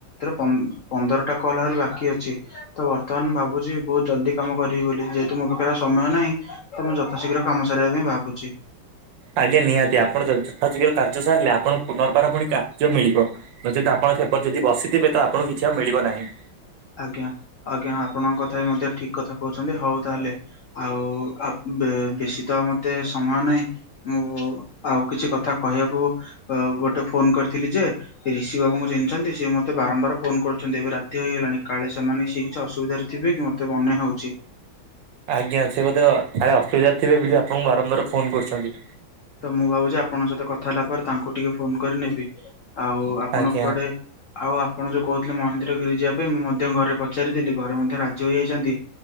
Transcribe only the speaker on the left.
ପନ୍ଦ୍ ପନ୍ଦରଟା କଲ ଆହୁରି ବାକି ଅଛି ତ ବର୍ତ୍ତମାନ ମୁଁ ଭାବୁଛି ବହୁତ ଜଲଦି କାମ କରିବି ବୋଲି ଯେହେତୁ ମୋ ପାଖରେ ଆଉ ସମୟ ନାହିଁ ତ ମୁଁ ଯଥାଶୀଘ୍ର କାମ ସାରିବା ପାଇଁ ଭାବୁଛି।
ଆଜ୍ଞା ଆଜ୍ଞା ଆପଣଙ୍କ କଥା ମଧ୍ୟ ଠିକ କଥା କହୁଛନ୍ତି ହଉ ତାହେଲେ। ଆଉ ଆ ବେ ବେଶୀ ତ ମତେ ସମୟ ନାହିଁ। ମୁ ଆଉ କିଛି କଥା କହିବାକୁ ଅ ଗୋଟେ ଫୋନ କରିଥିଲି ଯେ। ରିଷି ବାବୁଙ୍କୁ ଚିହ୍ନିଛନ୍ତି ସିଏ ମତେ ବାରମ୍ବାର ଫୋନ କରୁଛନ୍ତି ଏବେ ରାତି ହେଇଗଲାଣି। କାଳେ ସେମାନେ ସେଏ କିଛି ଅସୁବିଧାରେ ଥିବ କି ମତେ ମନେ ହଉଛି।
ତ ମୁଁ ଭାବୁଛି ଆପଣଙ୍କ ସହିତ କଥା ହେଲା ପରେ ତାଙ୍କୁ ଟିକେ ଫୋନ କରି ନେବି। ଆଉ ଆପଣ
କୁଆଡେ ଆଉ ଆପଣ ଯୋଉ କହୁଥିଲେ ମହେନ୍ଦ୍ରଗିରି ଯିବା ପାଇଁ ମୁଁ ମଧ୍ୟ ଘରେ ପଚାରିଥିଲି ଘରେ ମଧ୍ୟ ରାଜ ଜୋଇ ଯାଇଛନ୍ତି